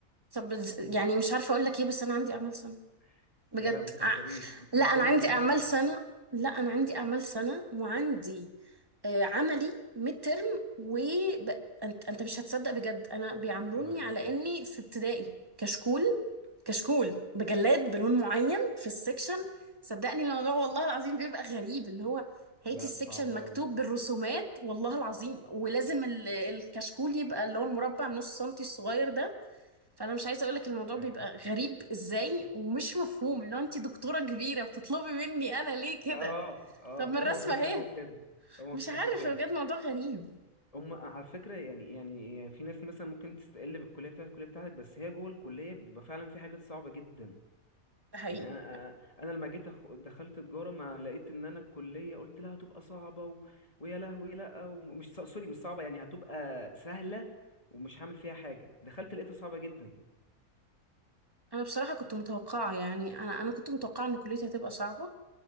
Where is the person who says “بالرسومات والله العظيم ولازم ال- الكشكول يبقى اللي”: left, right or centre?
Right